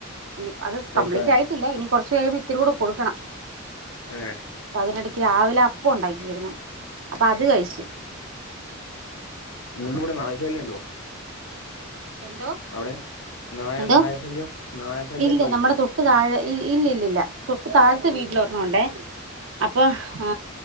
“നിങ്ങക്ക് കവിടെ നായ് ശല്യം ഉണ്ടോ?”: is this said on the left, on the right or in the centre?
Left